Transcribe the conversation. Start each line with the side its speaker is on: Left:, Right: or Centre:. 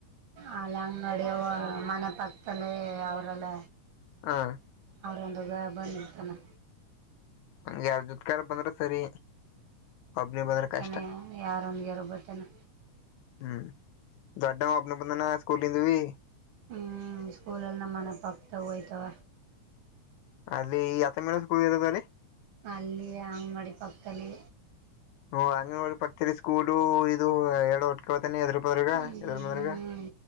Right: ಅಲ್ಲಂಗ್ ನಡಿಯವ ಮನೆ ಪಕ್ದಲ್ಲೇ ಅವರಲ್ಲ.
Left: ಹಾ
Right: ಅವರೊಂದದೆ ಬಂದಿರ್ತಾನೆ.
Left: ಯಾರ <unintelligible> ಬಂದ್ರ ಸರಿ. ಒಬ್ನಿ
Right: ಬಂದ್ಬಿಡ್ತಾನೆ
Left: ಬಂದ್ರ ಕಷ್ಟ
Right: ಯಾರೊಂದ್ಗಾರು ಬರ್ತಾನ.
Left: ಹ್ಮ್ ದೊಡ್ಡವ್ ಒಬ್ಬನೆ ಬಂದನ ಸ್ಕೂಲಿಂದವಿ.
Right: ಹ್ಮ್ ಸ್ಕೂಲಲ್ಲಿ ನಮ್ಮನೆ ಪಕ್ತದವ್ ಹಯ್ತವ.
Left: ಅಲ್ಲಿ ಯಾತ್ತ ಮೇಲೆ ಸ್ಕೂಲ್ ಇರೋದಲ್ಲಿ.
Right: ಅಲ್ಲಿ ಅಂಗನ್ವಾಡಿ ಪಕ್ದಲ್ಲಿ.
Left: ಹ ಅಂಗನ್ವಾಡಿ ಪಕ್ದಲಿ ಸ್ಕೂಲು ಇದು ಎರಡೂ ಹೊಟ್ಕತಾನ ಎದ್ರ ಬದ್ರಗ
Right: ಹ್ಮ್
Left: ಎದ್ರ ಬದ್ರಗ.